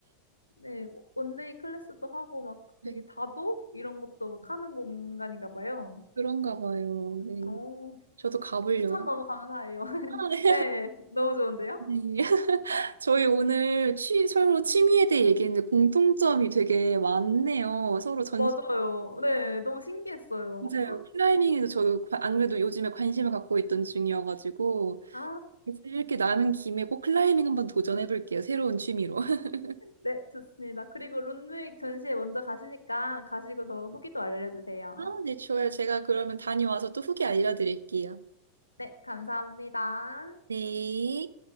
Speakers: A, on the left (about 85°); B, on the right (about 70°).
A: 네, 원데이 클래스도 하고 막
B: 네,
A: 되게 다도 이런 것도 막 하는 공간인가 봐요.
B: 그런가 봐요. 네.
A: 오,
B: 저도 가보려고.
A: 추천 너무 감사해요. <laughs>
B: 아, 네.
A: 네, 너무 좋은데요?
B: 네. <laughs> 저희 오늘 취, 서로 취미에 대해 얘기했는데 공통점이 되게 많네요. 서로 전
A: 맞아요. 네, 너무 신기했어요.
B: 맞아요. 클라이밍에도 저도 과- 안 그래도 요즘에 관심을 갖고 있던 중이어가지고
A: 아,
B: 이렇게 나는 김에 꼭 클라이밍 한번 도전해볼게요. 새로운 취미로. <laughs>
A: 네, 좋습니다. 그리고 룬웨익 전시회 먼저 가시니까 가시고서 후기도 알려주세요.
B: 아, 네, 좋아요. 제가 그러면 다녀와서 또 후기 알려드릴게요.
A: 네, 감사합니다.
B: 네.